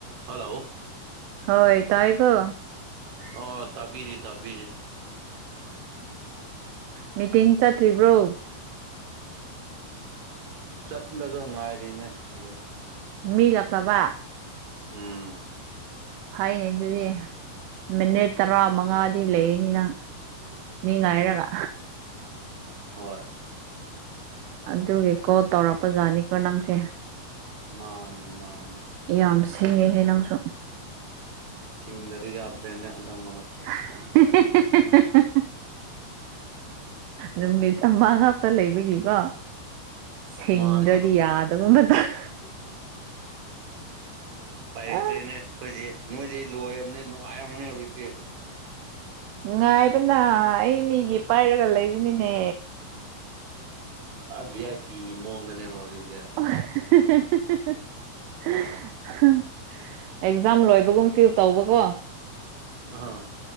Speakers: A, on the right; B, on the right.
A: hello
B: ꯍꯣꯏ ꯇꯥꯏꯀꯣ
A: ꯑꯣ ꯇꯥꯕꯤꯔꯤ ꯇꯥꯕꯤꯔꯤ
B: ꯃꯤꯇꯤꯡ ꯆꯠꯇ꯭ꯔꯤꯕ꯭ꯔꯣ
A: ꯆꯠꯂꯒ ꯉꯥꯏꯔꯤꯅꯦ ꯑꯗꯨ
B: ꯃꯤ ꯂꯥꯛꯇꯕ
A: ꯎꯝ
B: ꯐꯩꯌꯦ ꯑꯗꯨꯗꯤ ꯃꯤꯅꯤꯠ ꯇꯔꯥ ꯃꯉꯥꯗꯤ ꯂꯩꯅꯤꯅ ꯃꯤ ꯉꯥꯏꯔꯒ
A: ꯍꯣꯏ
B: ꯑꯗꯨꯒꯤ ꯀꯣꯜ ꯇꯧꯔꯛꯄꯖꯥꯠꯅꯤꯀꯣ ꯅꯪꯁꯦ
A: ꯃꯥꯅꯤ ꯃꯥꯅꯤ
B: ꯌꯥꯝ ꯁꯤꯡꯉꯦꯍꯦ ꯅꯪꯁꯨ
A: ꯁꯤꯡꯗꯗꯤ ꯌꯥꯗ꯭ꯔꯦꯅꯦ ꯍꯟꯗꯛ ꯃꯔꯛꯁꯤ
B: <unintelligible> ꯅꯨꯃꯤꯠ ꯑꯃꯥ ꯉꯞꯇ ꯂꯩꯕꯒꯤꯀꯣ ꯁꯤꯡꯗ꯭ꯔꯗꯤ
A: ꯃꯥꯅ
B: ꯌꯥꯗꯕ ꯃꯇꯝ
A: ꯄꯥꯏꯔꯇ꯭ꯔꯦꯅꯦ
B: ꯑ
A: ꯑꯩꯈꯣꯏꯁꯦ ꯅꯣꯏꯁꯤ ꯂꯣꯏꯔꯝꯅꯤ ꯅꯨꯡꯉꯥꯏꯔꯝꯃꯅꯤ ꯍꯧꯖꯤꯛꯇꯤ
B: ꯉꯥꯏꯕꯅ ꯑꯩ ꯃꯤꯒꯤ ꯄꯥꯏꯔꯒ ꯂꯩꯕꯅꯤꯅꯦ
A: ꯚꯤ ꯑꯥꯏ ꯄꯤ ꯃꯑꯣꯡꯗꯅꯦꯕ ꯍꯧꯖꯤꯛꯁꯦ
B: ꯑ ꯑꯦꯛꯖꯥꯝ ꯂꯣꯏꯕꯒꯨꯝ ꯐꯤꯜ ꯇꯧꯕꯀꯣ
A: ꯑ